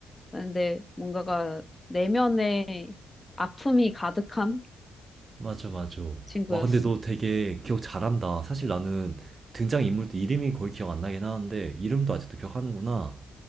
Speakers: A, on the left; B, on the right.
A: 근데 뭔가가 내면에 아픔이 가득한
B: 맞아, 맞아.
A: 친구였어.
B: 와, 근데 너 되게 기억 잘한다. 사실 나는 등장인물도 이름이 거의 기억 안 나긴 하는데 이름도 아직도 기억하는구나.